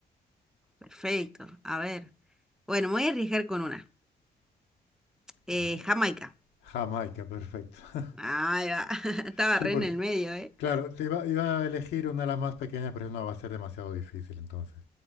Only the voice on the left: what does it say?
Vale.
Jamaica, perfecto.
<laughs>
Sí,
por-
Claro, te iba, iba a elegir una de las más pequeñas, pero no, va a ser demasiado difícil entonces.